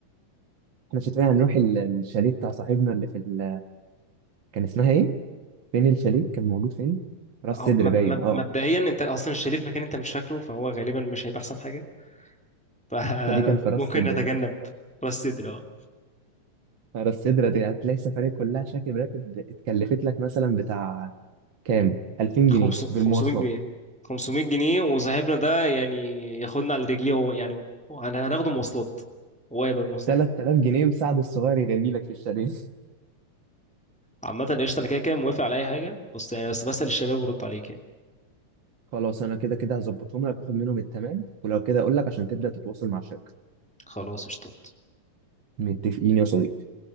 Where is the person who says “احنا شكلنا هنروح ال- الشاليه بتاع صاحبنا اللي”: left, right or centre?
Right